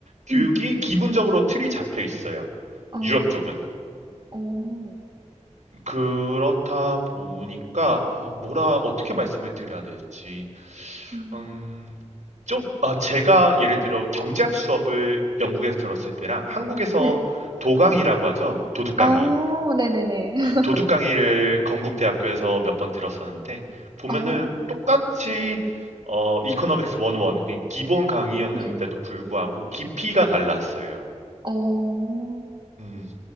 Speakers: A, on the right; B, on the right.
A: 교육이
B: 음.
A: 기본적으로 틀이 잡혀 있어요.
B: 어.
A: 유럽 쪽은.
B: 어.
A: 그렇다 보니까 아, 뭐라 어떻게 말씀을 드려야 될지.
B: 음.
A: 음, 좀 아, 제가 예를 들어 경제학 수업을 영국에서 들었을 때랑 한국에서
B: 네.
A: 도강이라고 하죠. 도둑강의.
B: 어. 네네네. <laughs>
A: 도둑 강의를 건국대학교에서 몇 번 들었었는데 보면은
B: 어.
A: 똑같이 어 이코노믹스 101 그러니까 기본 강의였는데도
B: 네.
A: 불구하고 깊이가 달랐어요.
B: 어.
A: 음,